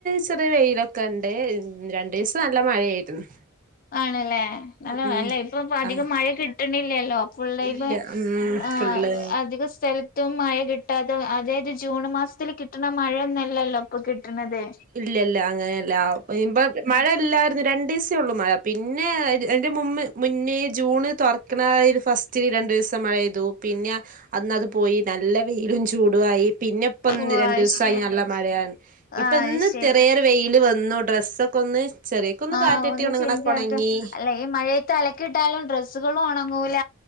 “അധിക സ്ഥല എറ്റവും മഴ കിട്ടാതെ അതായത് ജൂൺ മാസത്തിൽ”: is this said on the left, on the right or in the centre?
Left